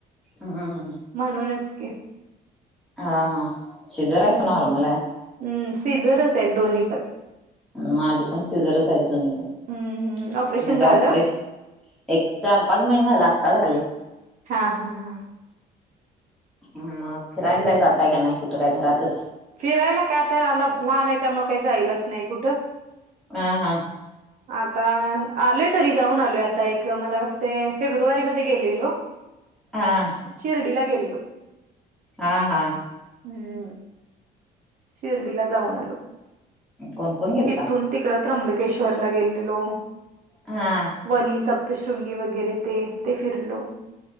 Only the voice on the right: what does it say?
म्हणूनच क
हम्म.
हम्म सीझरच आहेत दोन्ही पण
हम्म ऑपरेशन
झालं.
हा हा हा ह
फिरायला काय आताला लहान आहे त्यामुळ काही जाईलच नाही कुठं
आता आलोय तरी जाऊन आलोय आता एक मला वाटते फेब्रुवारीमध्येध्ये गेलेलो
शिर्डीला गेल्लो
हम्म शिर्डीला जाऊन आलो
तिथून तिकड त्र्यंबकेश्वर ला गेलेलो
वणी सप्तशृंगी वगैरे ते ते फिरलो